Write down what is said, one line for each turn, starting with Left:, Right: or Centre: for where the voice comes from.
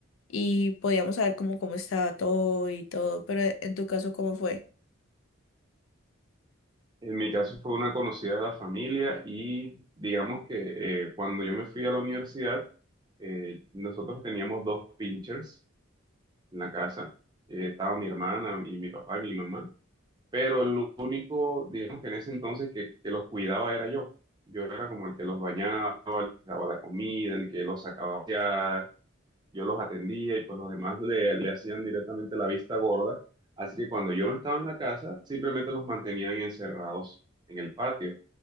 Left: y podíamos saber como cómo estaba todo y todo, pero e- en tu caso, ¿cómo fue?
Right: En mi caso fue una conocida de la familia y digamos que eh, cuando yo me fui a la universidad, eh, nosotros teníamos dos pinchers en la casa. Eh, estaba mi hermana y mi papá y mi mamá, pero el único, digamos que en ese entonces que, que los cuidaba era yo. Yo era como el que los bañaba, les daba la comida, el que los sacaba a pasear, yo los atendía y pues los demás le, le hacían directamente la vista gorda. Así que cuando yo no estaba en la casa, simplemente los mantenían encerrados en el patio